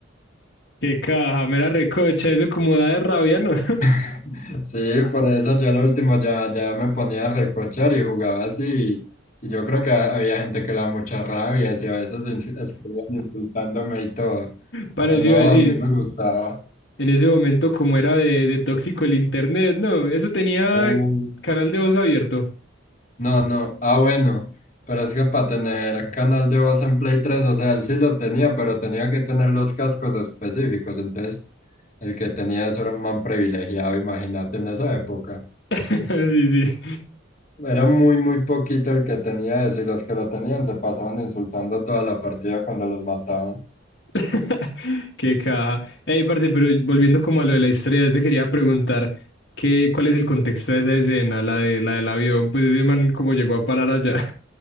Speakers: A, on the left; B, on the left.
A: Qué caja, mera recocha, eso como da de rabia, ¿no? <laughs>
B: <laughs> Sí, por eso yo lo último ya, ya me ponía a recochar y jugaba así. Y yo creo que ha- había gente que le da mucha rabia y a veces ins- escribían insultándome y todo.
A: Para
B: Pero
A: eso
B: no,
A: iba a decir,
B: a mí me gustaba.
A: En ese momento, como era de, de tóxico el internet, no, eso tenía
B: Uh,
A: canal de voz abierto.
B: No, no. Ah, bueno. Pero es que para tener canal de voz en Play tres, o sea, él sí lo tenía, pero tenía que tener los cascos específicos. Entonces, el que tenía eso era un man privilegiado, imagínate, en esa época.
A: <laughs> Sí, sí.
B: Era muy, muy poquito el que tenía eso y los que lo tenían se pasaban insultando toda la partida cuando los mataban.
A: <laughs> Qué caja. Ey, parce, pero volviendo como a lo de la historia, yo te quería preguntar qué, cuál es el contexto de esa escena, la de la del avión, pues ese man como llegó a parar allá,